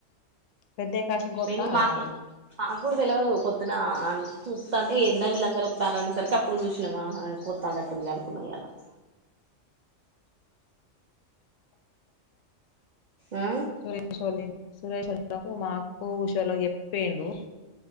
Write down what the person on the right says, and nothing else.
మీ
మాకు
మాగ్గూడా తెల్వదు పొద్దు అ చూస్తా అంటే ఏందో వీళ్ళందరూ వత్తాన్నారు. అనేసరికి అప్పుడు చూసినామా కొత్తానట్టు అనుకున్నాం ఇయాల. <inaudible> ఆ